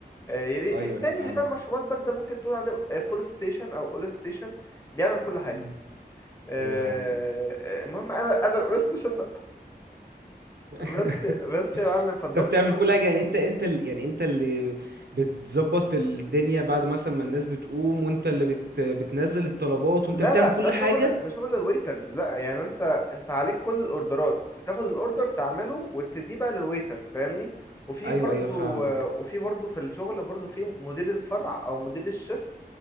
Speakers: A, on the left (about 15°); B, on the right (about 75°).
A: آه، يلي-
B: ايوه
A: التاني
B: فاهمك
A: اللي بيعمل مشروبات باردة ممكن تقول عليه فول ستيشن او اول ستيشن بيعمل كل حاجة
B: مم.
A: آه،
B: يا لهوي
A: آه، المهم انا انا الاول ستيشن
B: <laughs>
A: بس بس يا معلم فالضغط
B: انت بتعمل
A: كله
B: كل حاجه يعني انت انت ال... يعني انت اللي بتظبط الدنيا بعد مثلا ما الناس بتقوم وانت اللي بت... بتنزل الطلبات وانت
A: لا
B: اللي بتعمل
A: لا ده
B: كل
A: شغل
B: حاجه
A: ده شغل الويترز لا يعني انت انت عليك كل الاوردرات تاخد الاوردر تعمله وتديه بقى للويتر فاهمني وفي
B: ايوه
A: برضو
B: ايوه فاهمك
A: وفي برضو في الشغل برضو في مدير الفرع او مدير الشفت